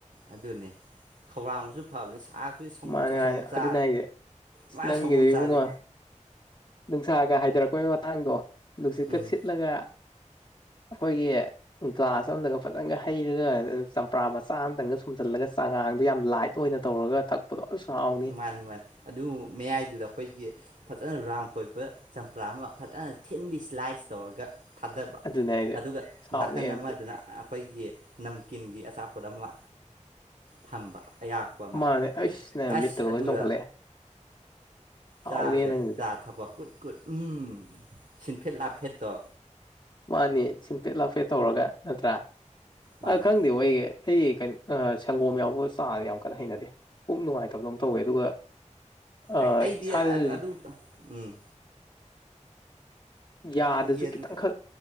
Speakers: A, on the right; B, on the left.
A: ꯑꯗꯨꯅꯦ ꯈꯧꯔꯥꯡꯕꯁꯨ ꯐꯕꯅꯤ ꯁꯥꯛ ꯑꯩꯈꯣꯏ ꯁꯪꯒꯣꯝ
B: ꯃꯥꯅꯦ ꯃꯥꯅꯦ
A: ꯁꯪꯒꯣꯝꯆꯥ
B: ꯑꯗꯨꯅꯦ ꯍꯥꯏꯁꯦ ꯑꯁ
A: ꯃꯥ
B: ꯅꯪꯒꯤꯗꯨꯗꯤ
A: ꯁꯪꯒꯣꯝ ꯆꯥꯖꯦ
B: ꯏꯕꯨꯡꯉꯣ ꯅꯨꯡꯁꯥꯒ ꯍꯥꯏꯊꯔꯛꯄꯒꯤ ꯃꯇꯥꯡꯗꯣ ꯅꯨꯡꯁꯤꯠꯀ
A: ꯎꯝ
B: ꯁꯤꯠꯂꯒ ꯑꯩꯈꯣꯏꯒꯤ ꯒ꯭ꯂꯥꯁ ꯑꯝꯗꯒ ꯐꯖꯅꯒ ꯍꯩꯔꯒ ꯆꯝ ꯆꯝꯄ꯭ꯔꯥ ꯃꯆꯥ ꯑꯃꯇꯪꯒ ꯁꯨꯝꯖꯜꯂꯒ ꯆꯉꯥꯡꯗꯣ ꯌꯥꯝ ꯂꯥꯏꯠ ꯑꯣꯏꯅ ꯇꯧꯔꯒ ꯊꯛ ꯥꯄꯗꯣ ꯑꯁ ꯍꯥꯎ
A: ꯃꯥꯅꯤ ꯃꯥꯅꯤ ꯑꯗꯨ ꯃꯌꯥꯏꯗꯨꯗ ꯑꯩꯈꯣꯏꯒꯤ ꯐꯖꯅ ꯔꯥꯎꯟ ꯀꯣꯏꯕ ꯆꯝꯄ꯭ꯔꯥ ꯑꯃ ꯐꯖꯅ ꯊꯤꯟꯂꯤ ꯑꯁꯂꯥꯏꯁ ꯇꯧꯔꯒ ꯊꯥꯗꯕ
B: ꯑꯗꯨꯅꯦ ꯍꯥꯏꯁꯦ
A: ꯑꯗꯨꯒ
B: ꯑꯁ ꯍꯥꯎꯅꯤꯍꯦ
A: ꯅꯥꯀꯟ
B: ꯑꯗꯨꯗꯤ
A: ꯑꯃꯗꯅ ꯑꯩꯈꯣꯏꯒꯤ ꯅꯝꯀꯤꯟꯒꯤ ꯑꯆꯥꯄꯣꯠ ꯑꯃ ꯊꯝꯕ ꯑꯌꯥꯛꯄ ꯑꯃ
B: ꯈꯟꯗꯦ ꯑꯩꯁ ꯅꯪ
A: ꯑꯁ
B: ꯃꯤꯠꯇꯒ
A: ꯑꯗꯨꯔ
B: ꯂꯣꯏ ꯆꯣꯡꯈꯠꯂꯛꯑꯦ ꯍꯥꯎꯅꯤꯍꯦ
A: ꯆꯥꯔꯒ
B: ꯅꯪꯒꯤꯗꯨꯗꯤ
A: ꯆꯥ ꯊꯛꯄ ꯀꯨꯠ ꯀꯨꯠ ꯎꯝ ꯁꯤꯟꯐꯦꯠ ꯂꯥꯞꯐꯦꯠꯇꯣ
B: ꯃꯥꯅꯦ ꯁꯤꯟꯐꯦꯠ ꯂꯥꯐꯦꯠ ꯇꯧꯔꯒ ꯅꯠꯇ꯭ꯔ
A: ꯃꯥꯅꯤ
B: ꯑ ꯈꯪ ꯈꯪꯗꯤ ꯍꯒꯤ ꯑꯩꯗꯤ ꯀꯩꯅꯣ ꯁꯪꯒꯣꯝ ꯌꯥꯎꯕ ꯆꯥꯖꯦ ꯌꯥꯝ ꯀꯟꯅ ꯍꯩꯅꯗꯦ ꯄꯨꯛ ꯅꯨꯡꯉꯥꯏꯇꯕꯗꯧ ꯇꯧꯋꯦ ꯑꯗꯨꯒ ꯑ
A: ꯑꯩ ꯑꯩꯗꯤ
B: ꯏꯁꯥꯗꯁꯨ
A: ꯑꯗꯨ ꯑꯗꯨ ꯎꯝ
B: ꯌꯥꯗꯁꯨ
A: ꯑꯩꯗꯤ ꯑꯗꯨ
B: ꯈꯤꯇꯪꯈꯛ